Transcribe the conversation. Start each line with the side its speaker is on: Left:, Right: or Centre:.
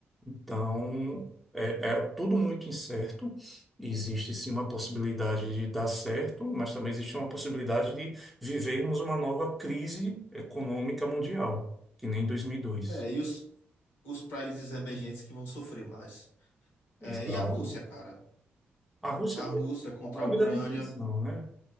Centre: Então, é, é tudo muito incerto. Existe sim uma possibilidade de dar certo, mas também existe uma possibilidade de vivermos uma nova crise econômica mundial, que nem 2002.
Left: É, e os, os países emergentes que vão sofrer mais?
Centre: Exato.
Left: É, e a Rússia, cara?
Centre: A Rússia
Left: A
Centre: não
Left: Rússia
Centre: é
Left: contra
Centre: uma
Left: a Ucrânia.
Centre: grande tensão, né?